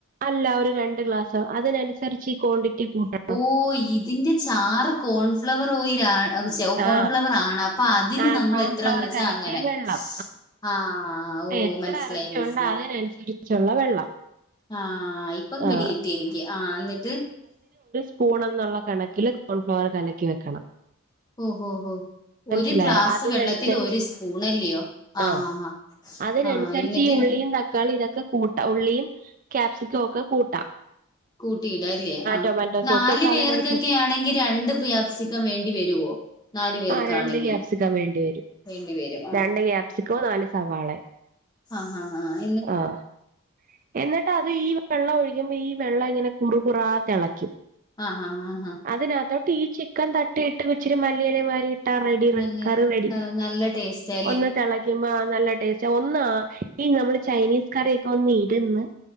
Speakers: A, on the right (about 35°); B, on the left (about 20°).
A: അല്ല ഒരു രണ്ട് ഗ്ലാസ് അതിനനുസരിച്ച് ഈ ക്വാണ്ടിറ്റി കൂട്ടണം
B: ഓ ഇതിന്റെ ചാർ കോൺഫ്ലവർ ഓ യി ൽ ഛേ കോൺഫ്ലവർ
A: ആ
B: ആണ് അപ്പൊ അതിന്
A: ആ
B: നമ്മള്എത്രന്ന്
A: കോൺഫ്ലവർ
B: വെച്ചാ
A: കലക്കിയ
B: അങ്ങനെ
A: വെള്ളം
B: ആ ഓ
A: എത്ര
B: മനസ്സിലായി
A: ഇറച്ചിയ
B: മനസ്സിലായി
A: ഉണ്ട അതിനനുസരിച്ചുള്ള വെള്ളം
B: ആഹ ഇപ്പൊ പിടികിട്ടി
A: ആ
B: എനിക്ക് ആഹ എന്നിട്ട്
A: സ്പൂണ എന്നുള്ള കണക്കില് കോൺഫ്ലവർ കലക്കി വെക്കണം
B: ഓഹോ ഹോ
A: മനസ്സിലായോ
B: ഒരു ഗ്ലാസ്
A: അതിനനുസരിച്ച്
B: വെള്ളത്തിൽ ഒരു സ്പൂൺ അല്ലയോ ആ
A: ആഹ്
B: ഹാ ഹാ
A: അതിനനുസരിച്ച്
B: ആ എന്നിട്ട്
A: ഈ ഉള്ളിയും തക്കാളി ഇതൊക്കെ കൂട്ട ഉള്ളിയും ക്യാപ്സിക്കം ഒക്കെ കൂട്ടാം
B: കൂട്ടില്ലാല്ലേ ആഹ്
A: ടൊമാറ്റോ സോസും
B: നാല്
A: ഒക്കെ
B: പേർക്കൊക്കെ
A: അതിനനുസരിച്ച്
B: യാണെങ്കി രണ്ട് പ്യാപ്സിക്കം വേണ്ടി വരുവോ നാലു പേർക്കാണെങ്കിൽ
A: ആഹ് രണ്ട് ഗ്യാപ്സിക്കം വേണ്ടിവരും
B: വേണ്ടി വരും ആ
A: രണ്ട് ഗ്യാപ്സിക്കോ നാല് സവാളെ
B: ആഹ് ആഹ് ആഹ്
A: ആഹ് അഹ് എന്നിട്ടത് ഈ വെള്ളഴിക്യുമ്പോ ഈ വെള്ളങ്ങനെ കുറ് കുറാ തെളക്യും
B: ആഹ് ആഹ് ആഹ് ഹ
A: അതിനകത്തോട്ട് ഈ ചിക്കൻ തട്ടിയിട്ട് ഇച്ചിരി മല്ലിയിലെ മാരി ഇട്ടാ റെഡി റെഡ്
B: വല്യ
A: കറിറെഡി
B: നല്ല ടേസ്റ്റാ
A: ഒന്ന് തെളക്യുമ്പോ നല്ല ടേസ്റ്റാ ഒന്നാ ഈ നമ്മള് ചൈനീസ് കറിയൊക്കെ ഒന്ന് ഇര്ന്ന്